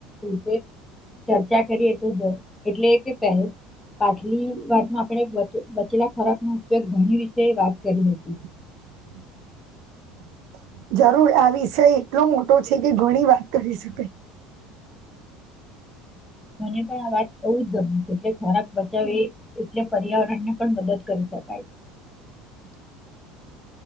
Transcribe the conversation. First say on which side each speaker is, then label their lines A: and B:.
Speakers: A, on the left; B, on the right.
A: <inaudible> ચર્ચા કરીએ તો જો એટલે કે પહે પાછલી વાતમાં આપણે બચેલા ખોરાક નો ઉપયોગ ઘણી વિશે વાત કરી હતી.
B: <inaudible> જરૂર આ વિષય એટલો મોટો છે કે ઘણી વાત કરી શકાય.
A: મને પણ આ વાત બઉ ગમ્યું એટલે ખોરાક બચાવ એટલે પર્યાવરણ ને પણ મદદ કરી શકાય.
B: <inaudible>